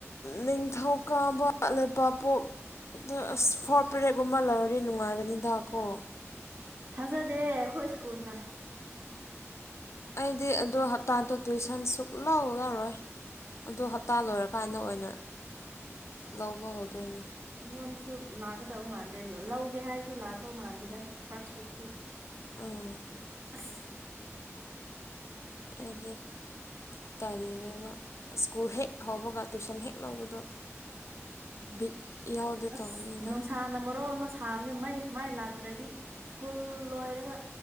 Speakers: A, on the left; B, on the right.
A: ꯅꯤꯡꯊꯧꯀꯥꯕ ꯂꯩꯕꯥꯠꯄꯣꯛ ꯑꯗꯣ ꯑꯁ ꯐꯣꯔ ꯄꯦꯔꯦꯠꯒꯨꯝꯕ ꯂꯧꯔꯗꯤ ꯅꯨꯡꯉꯥꯏꯒꯅꯤꯗ ꯀꯣ
B: ꯊꯥꯖꯗꯦ ꯑꯩꯈꯣꯏ ꯁ꯭ꯀꯨꯜꯅ
A: ꯑꯩꯗꯤ ꯑꯗꯨ ꯍꯞꯇꯥꯗꯣ ꯇꯨꯏꯁꯟ ꯁꯨꯛꯂꯧ ꯂꯧꯔꯣꯏ ꯑꯗꯣ ꯍꯞꯇꯥ ꯂꯣꯏꯔꯀꯥꯟꯗ ꯑꯣꯏꯅ ꯂꯧꯕ ꯍꯧꯗꯣꯏꯅꯦ
B: ꯑꯩꯉꯣꯟꯗꯁꯨ ꯂꯥꯛꯀꯗꯕ ꯃꯥꯟꯗꯦ ꯂꯧꯒꯦ ꯍꯥꯏꯔꯁꯨ ꯂꯥꯛꯇꯧ ꯃꯥꯟꯗꯦꯗ ꯐꯥꯔꯁ ꯋꯤꯛꯇꯤ
A: ꯑꯥ
B: ꯑꯁ
A: ꯑꯩꯗꯤꯛ ꯇꯜꯂꯦꯕ ꯁ꯭ꯀꯨꯜ ꯍꯦꯛ ꯍꯧꯕꯒ ꯇꯨꯏꯁꯟ ꯍꯦꯛ ꯂꯧꯕꯗꯨ ꯕꯤꯠ
B: ꯑꯁ
A: ꯇꯧꯕꯅꯤꯗ
B: ꯅꯨꯡꯁꯥ ꯅ ꯃꯔꯣꯜ ꯑꯃ ꯁꯥꯕꯅꯦ ꯃꯩ ꯁꯨꯃꯥꯏ ꯂꯥꯛꯇ꯭ꯔꯗꯤ ꯁ꯭ꯀꯨꯜ ꯂꯣꯏꯔꯒ